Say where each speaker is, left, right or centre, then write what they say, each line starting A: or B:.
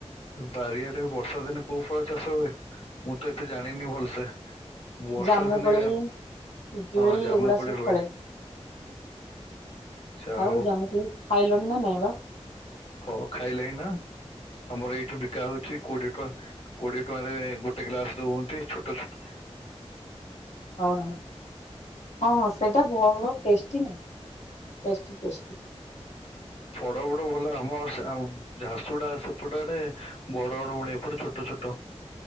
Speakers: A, on the left; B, on the left.
A: ବାରିଆଡେ ବର୍ଷାଦିନେ କୋଉ ଫଳ ଚାଷ ହୁଏ ମୁଁ ତ ଏତେ ଜାଣିନି ଭଲସେ। ବର୍ଷା
B: ଜାମୁକୋଳି,
A: ଦିନେ
B: ପିଜୁଳି
A: ହଁ ଜାମୁ
B: ଏଗୁଡା
A: କୋଳି
B: ସବୁ
A: ହୁଏ।
B: ଫଳେ।
A: ଯା
B: ଆଉ
A: ହଉ
B: ଜାମୁକୋଳି ଖାଇଲଣି ନା ନାଇଁ ବା?
A: ହଁ ଖାଇଲେଣି ନା ଆମର ଏଇଠି ବିକା ହଉଛି କୋଡିଏ ଟଙ୍କା। କୋଡିଏ ଟଙ୍କାରେ ଗୋଟେ ଗ୍ଲାସ୍ ଦଉହନ୍ତି ଛୋଟ-ଛୋଟ।
B: ହଁ ଅ। ହଁଁ ସେଇଟା ଭଲ ଟେଷ୍ଟି ନା ଟେଷ୍ଟି-ଟେଷ୍ଟି।
A: ଫଡ ଫଡ ଭଲ ଆମ ଝାରସୁଗୁଡ଼ା ସେପଟ ଆଡେ ବଡ-ବଡ଼ କୋଳି ଏପଟେ ଛୋଟ-ଛୋଟ।